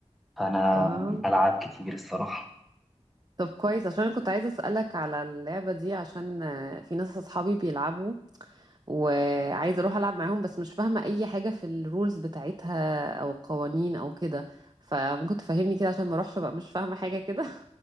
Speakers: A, in the centre; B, on the right.
A: فانا
B: اه
A: بلعب كتير الصراحة
B: طب كويس عشان انا كنت عايزه اسالك على اللعبه دي عشان آه، في ناس اصحابي بيلعبوا وعايزه اروح العب معاهم بس مش فاهمه اي حاجه في الرولز بتاعتها او القوانين او كده فممكن تفهمني كده عشان ما اروحش بقى مش فاهمه حاجه كده